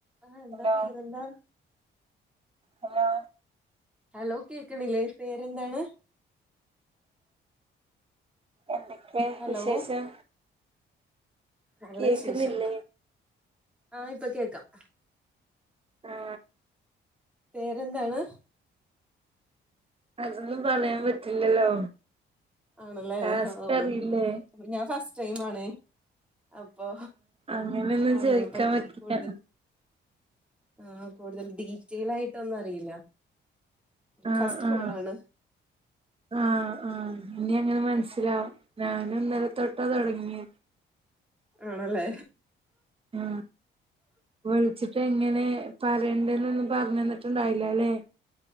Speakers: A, in the centre; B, on the right (about 30°).
A: ആ എന്താ
B: ഹലോ
A: പേര്ന്താ
B: ഹലോ
A: ഹലോ കേക്കണില്ലേ പേരെന്താണ്
B: എന്തൊക്കെ
A: ഹലോ
B: വിശേഷം
A: നല്ല
B: കേക്കുന്നില്ലേ
A: വിശേഷം ആ ഇപ്പൊ കേക്കാം
B: ആ
A: പേരെന്താണ്
B: അതൊന്നും പറയാൻ പറ്റില്ലല്ലോ
A: ആണല്ലേ
B: ടാക്കറിയില്ലേ
A: ഓഹ് അപ്പൊ ഞാൻ ഫസ്റ്റ് ടൈം ആണേ അപ്പൊ
B: അങ്ങനെയൊന്നും
A: അതിനെ
B: ചോദിക്കാൻ
A: പറ്റി
B: പറ്റില്ല
A: കൂടുതൽ ആ കൂടുതൽ ഡീറ്റെൽ ആയിട്ടൊന്നും അറിയില്ല
B: ആ
A: ഫസ്റ്റ്
B: ആ
A: കോള് ആണ്
B: ആ ആ ഇനി അങ്ങനെ മനസ്സിലാവും ഞാനിന്നലെ തൊട്ടാ തുടങ്ങിയത്
A: ആണല്ലേ
B: ആ വിളിച്ചിട്ട് എങ്ങനെ പറയണ്ടന്നൊന്നും പറഞ്ഞു തന്നിട്ടുണ്ടായില്ലല്ലേ